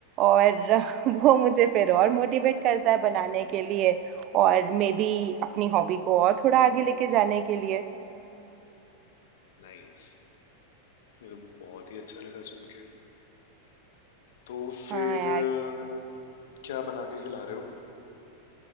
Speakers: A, on the right (about 35°); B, on the left (about 55°).
A: और <laughs> वो मुझे फिर और मोटिवेट करता है बनाने के लिए और मे बी अपनी हॉबी को और थोड़ा आगे लेके जाने के लिए
B: नाइस ये तो बहुत ही अच्छा लगा सुन के तो फिर
A: हाँ यार
B: अ, क्या बना के खिला रहे हो